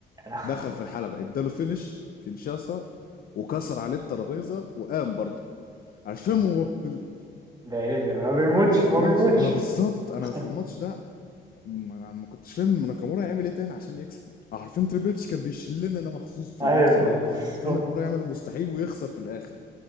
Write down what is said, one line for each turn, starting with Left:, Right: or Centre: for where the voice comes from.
Right: يا لهوي
Left: دخل في الحلبه اداله فينش كينشاسا وكسر عليه الترابيزه وقام برضه مش
Right: يا
Left: فاهم
Right: لهوي.
Left: هو ابن ال...
Right: ده ايه ده ما بيموتش
Left: آه، في
Right: ما
Left: الماتش
Right: بيموتش
Left: ما بالظبط انا
Right: <laughs>
Left: في الماتش ده ما, ما كنتش فاهم ناكامورا هيعمل ايه تاني عشان يكسب عارفين تريبل اتش كان بيشلنا انا مخصوص في
Right: ايوه
Left: الماتش ده يخلي
Right: بالظبط.
Left: ناكامورا يعمل المستحيل ويخسر في الاخر